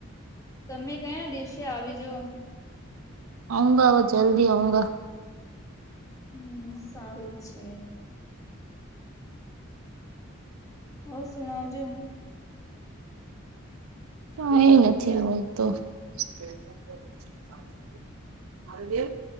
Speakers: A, on the left; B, on the right.
A: તમે કયા દિવસે આવીજો?
B: આવુંંગા જલ્દી આવુંંગા.
A: હમ સારું છે. હ સુણાવ જો?
B: કઈ નથી બોલતો <unintelligible> અરે બે